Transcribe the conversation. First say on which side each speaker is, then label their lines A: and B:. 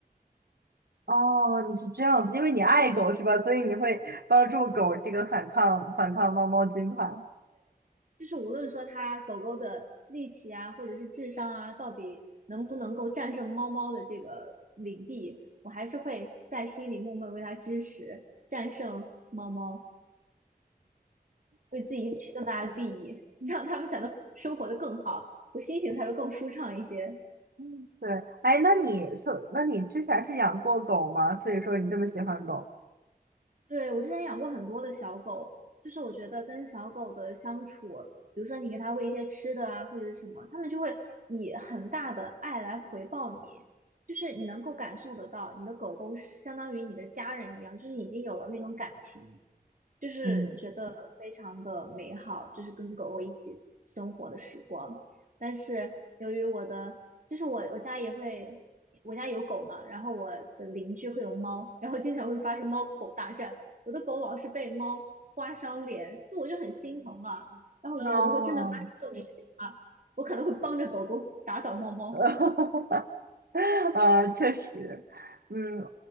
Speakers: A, on the right; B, on the right.
A: 哦，你是这样子，因为你爱狗是吧？所以你会帮助狗这个反抗反抗猫猫军团。
B: 就是无论说它狗狗的力气啊，或者是智商啊，到底能不能够战胜猫猫的这个领地，我还是会在心里默默为它支持，战胜猫猫，为自己赢取更大的利益，
A: 嗯
B: 这样它们才能生活的更好，我心情才会更舒畅一些。
A: 嗯对，哎，那你说，那你之前是养过狗吗？所以说你这么喜欢狗。
B: 对，我之前养过很多的小狗，就是我觉得跟小狗的相处，比如说你给它喂一些吃的啊，或者是什么，它们就会以很大的爱来回报你，就是你能够感受得到，你的狗狗是相当于你的家人一样，就是已经有了那种感情。就是觉得非常的美好，
A: 嗯，
B: 就是跟狗狗一起生活的时光。但是由于我的，就是我我家也会，我家有狗嘛，然后我的邻居会有猫，然后经常会发生猫狗大战。我的狗老是被猫刮伤脸，就我就很心疼嘛。然后我觉得如果真的发生这种事情啊，
A: 哦，
B: 我可能会帮着狗狗打倒猫猫。
A: <laughs> 呃，哈哈哈呃确实，嗯，